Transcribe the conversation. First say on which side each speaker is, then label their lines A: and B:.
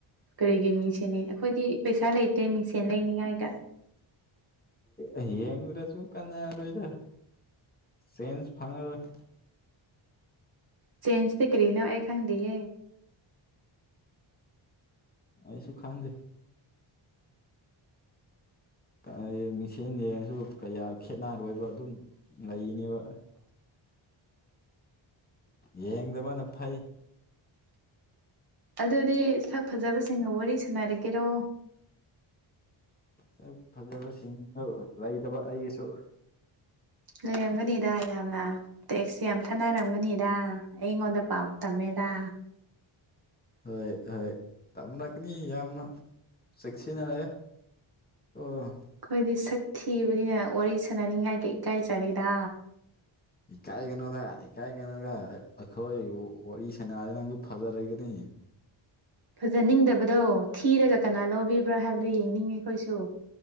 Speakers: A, on the right; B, on the left.
A: ꯀꯔꯤꯒꯤ ꯃꯤꯡꯁꯦꯜꯅꯤ ꯑꯩꯈꯣꯏꯗꯤ ꯄꯩꯁꯥ ꯂꯩꯇꯦ ꯃꯤꯡꯁꯦꯟ ꯂꯩꯅꯤꯉꯥꯏꯒ
B: ꯑꯣ ꯌꯦꯡꯉꯨꯔꯁꯨ ꯀꯥꯟꯅꯔꯣꯏꯗ ꯆꯦꯟꯁ ꯐꯪꯉꯔꯣꯏ
A: ꯆꯦꯟꯁꯇꯤ ꯀꯔꯤꯅꯣ ꯑꯩ ꯈꯪꯗꯤꯌꯦ
B: ꯑꯩꯁꯨ ꯈꯪꯗꯦ ꯀꯥꯏꯌꯦ ꯃꯤꯡꯁꯦꯜ ꯌꯦꯡꯉꯁꯨ ꯀꯌꯥ ꯈꯦꯠꯅꯔꯣꯏꯕ ꯑꯗꯨꯝ ꯂꯩꯅꯦꯕ ꯌꯦꯡꯗꯕꯅ ꯐꯩ
A: ꯑꯗꯨꯗꯤ ꯁꯛ ꯐꯖꯕꯁꯤꯡꯒ ꯋꯥꯔꯤ ꯁꯥꯟꯅꯔꯒꯦꯔꯣ
B: ꯁꯛ ꯐꯖꯕꯁꯤꯡꯗꯣ ꯂꯩꯇꯕ ꯑꯩꯒꯤꯁꯨ
A: ꯂꯩꯔꯝꯒꯅꯤꯗ ꯌꯥꯝꯅ ꯇꯦꯛꯁ ꯌꯥꯝ ꯊꯅꯔꯝꯒꯅꯤꯗ ꯑꯩꯉꯣꯟꯗ ꯄꯥꯎ ꯇꯝꯃꯦꯗ
B: ꯍꯣꯏ ꯍꯣꯏ ꯇꯝꯂꯛꯀꯅꯤ ꯌꯥꯝꯅ ꯆꯦꯛꯁꯤꯟꯅꯔꯦ ꯑꯣ
A: ꯈꯣꯏꯗꯤ ꯁꯛ ꯊꯤꯕꯅꯤꯅ ꯋꯥꯔꯤ ꯁꯥꯟꯅꯅꯤꯡꯉꯥꯏꯒ ꯏꯀꯥꯏꯖꯔꯦꯗ
B: ꯏꯀꯥꯏꯒꯅꯣꯗ ꯏꯀꯥꯏꯒꯅꯣꯒ ꯑꯩꯈꯣꯏ ꯋꯥꯔꯤ ꯁꯥꯟꯅꯕꯅꯥꯗꯤ ꯐꯖꯔꯛꯒꯅꯤ
A: ꯐꯖꯅꯤꯡꯗꯕꯗꯣ ꯊꯤꯔꯒ ꯀꯅꯥ ꯂꯧꯕꯤꯕ꯭ꯔꯥ ꯍꯥꯏꯕꯗꯨꯣ ꯌꯦꯡꯅꯤꯡꯉꯦ ꯑꯩꯈꯣꯏꯁꯨ